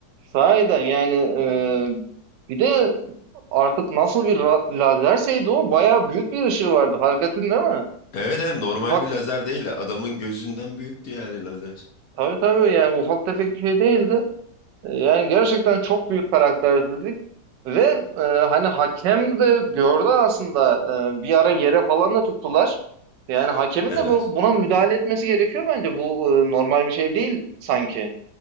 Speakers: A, on the right (about 80°); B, on the left (about 60°).
A: Sahiden yani e, bir de artık nasıl bir ra- lazerseydi o bayağı büyük bir ışığı vardı. Fark ettin değil mi?
B: Evet, evet normal
A: Ufak,
B: bir lazer değil. Adamın gözünden büyüktü yani lazer.
A: tabii tabii yani ufak tefek bir şey değildi. Ee, Yani gerçekten çok büyük karaktersizlik ve e, hani hakem de gördü aslında e, bir ara yere falan da tuttular. Yani hakemin
B: Evet.
A: de bu, buna müdahale etmesi gerekiyor bence. Bu e, normal bir şey değil sanki.